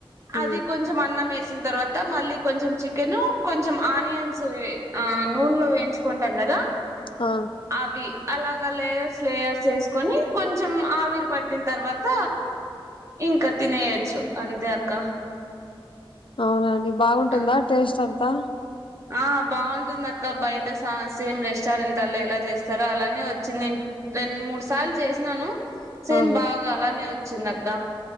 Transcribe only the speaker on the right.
అది కొంచం అన్నమేస్, వచ్చిన తర్వాత మళ్లీ కొంచెం చికెన్, కొంచెం ఆనియన్స్ ఇవే. ఆ నూనెలో వేయించుకుంటాం కదా?
అవి అలాగా లేయర్స్ లేయర్స్ ఏసుకొని, కొంచెం ఆవిరి పట్టిన్ తర్వాత ఇంకా తినేయొచ్చూ అంతే అక్క.
ఆ
ఆ, బాగుంటుంది. అక్క బయట సా సేమ్ రెస్టారెంట్లలో ఎలా చేస్తారో, అలానే వచ్చింది. రెండు మూడు సార్లు చేసినాను. సేమ్
బాగా అలానే వచ్చింది. చిన్నక్క.